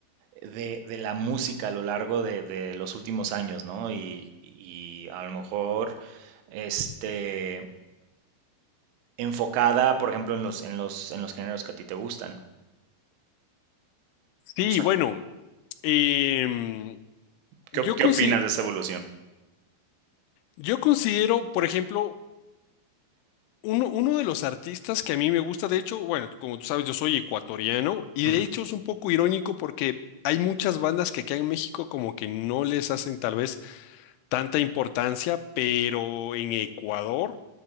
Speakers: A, on the right (about 80°); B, on the left (about 85°).
A: de, de la música a lo largo de, de los últimos años, ¿no? Y, y a lo mejor, este, enfocada, por ejemplo, en los, en los, en los géneros que a ti te gustan.
B: sí,
A: O sea,
B: bueno, em,
A: ¿qué,
B: yo
A: op- qué
B: considero,
A: opinas de esa evolución?
B: yo considero, por ejemplo, uno, uno de los artistas que a mí me gusta, de hecho, bueno, como tú sabes, yo soy ecuatoriano y
A: Ujú,
B: de hecho es un poco irónico porque hay muchas bandas que aquí en México como que no les hacen tal vez tanta importancia, pero en Ecuador,